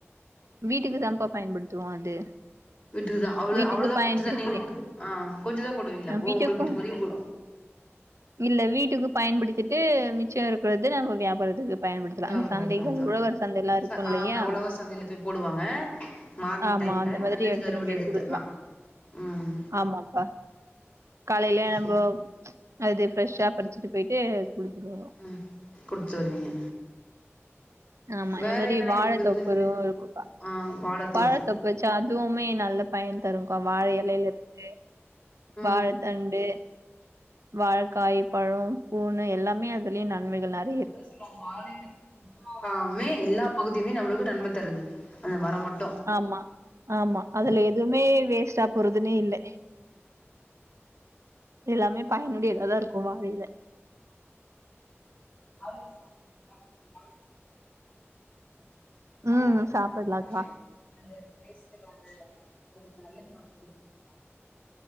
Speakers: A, on the right; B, on the left.
A: வீட்டுக்கு தாப்பா பயன்படுத்துவோ அது
B: வீட்டுக்குதா அவ்ள
A: வீட்டுக்கு
B: அவ்ளோதா
A: பயன்படுத்திட்டே
B: கொஞ்சதா நீ ஆ கொஞ்சதா போடுவீங்ளா
A: அ
B: அப்பொ
A: வீட்டுக்கும்
B: உங்கள் வீட்டுக்கு வெளிய போ
A: இல்ல வீட்டுக்கு பயன்படுத்திட்டு மிச்சோ இருக்றது நம்மோ வியாபாரத்துக்கு பயன்படுத்தலா
B: <unintelligible>
A: அந்த சந்தைகள்
B: அதா
A: உழவர் சந்தைல்லா இருக்கு
B: ச
A: இல்லையா
B: அ அந்த உழவர் சந்தைல போய் போடுவாங்க மார்னிங்
A: ஆமா
B: டைம்ல
A: அந்த மாதிரி
B: அன்னன்னைக்கு
A: எடுத்துன்னு
B: அறுவட
A: போய்
B: எடுத்து
A: குடுக்கலா
B: அ ம்
A: ஆமாப்பா காலைலே நம்போ
B: சூப்பர்
A: அது ஃப்ரெஷ்ஷா பறிச்சுட்டு போயிட்டு குடுத்துடுவோ
B: ம் குடுத்து வருவீங்க
A: ஆமா இந்த
B: வேற
A: மாரி
B: என்னென்ன
A: வாழத்தொப்பு
B: இருக்குது
A: இருக்குக்கா
B: ஆ வாழத்தோப்பு
A: வாழத்தொப் பு வச்சா அதுவுமே நல்ல பயன் தருக்கா வாழ எலைல இருந்து வாழத்தண்டு
B: ம்
A: வாழக்காய் பழோ பூனு எல்லாமே அதுலயு நன்மைகள் நெ
B: அதா சொல்வாங்க வாழ எலே ல்லாமே எல்லா பகுதியுமே நம்மளுக்கு நன்ம தருது அந்த மர மட்
A: ஆமா ஆமா அதுல எதுவுமே வேஸ்ட்டா போறதுன்னே இல்ல எல்லாமே பயனுடியதாதா இருக்கு வாழைல
B: வாழ எலே சாப்புல்லா சாப்ட்ருக்கீங்ளா <inaudible> வாழ
A: ம்
B: எலே போட்டு
A: சாப்பட்லாக்கா
B: சாப்ட்டாலே அந்த டேஸ்ட்டே வந்து ஒரு <inaudible> சொல்வாங்